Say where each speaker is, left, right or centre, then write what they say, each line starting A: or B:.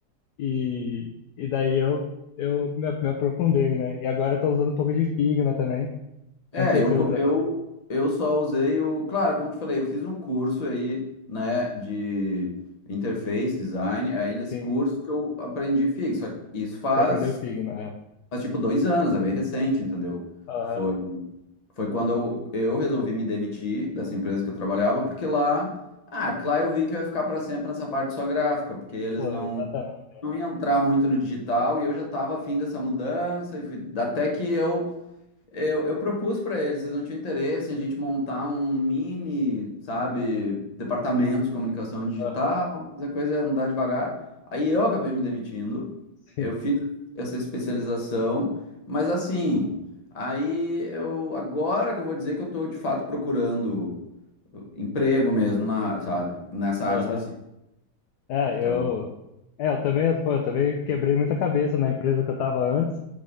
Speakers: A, on the left; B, on the left.
A: E, e daí eu, eu me, me aprofundei, né? E agora eu tô usando um pouco de Figma também.
B: É,
A: Eu não sei
B: eu,
A: se você
B: co-
A: usa.
B: eu, eu só usei o. Claro, como eu te falei, eu fiz um curso aí, né, de interface design. Aí nesse
A: Sim.
B: curso que eu aprendi fixo. Isso faz
A: Você aprendeu Figma, é.
B: mas tipo dois anos, é bem recente, entendeu?
A: Aham,
B: Foi, foi quando eu, eu resolvi me demitir dessa empresa que eu trabalhava, porque lá. Ah, porque lá eu vi que eu ia ficar para sempre nessa parte só gráfica, porque eles
A: Pô,
B: não,
A: exatamente.
B: não iam entrar muito no digital e eu já estava afim dessa mudança, e fui- até que eu eu, eu propus para eles, vocês não tinham interesse em a gente montar um mini, sabe, departamento de comunicação digital,
A: Aham,
B: mas a coisa é andar devagar. Aí eu acabei me demitindo,
A: Sim.
B: eu fiz essa especialização, mas assim, aí eu, agora que eu vou dizer que eu estou de fato procurando uh, emprego mesmo, na, sabe, nessa
A: Aham.
B: área específica.
A: É,
B: Então,
A: eu. É, eu também, pô, eu também quebrei muita cabeça na empresa que eu tava antes.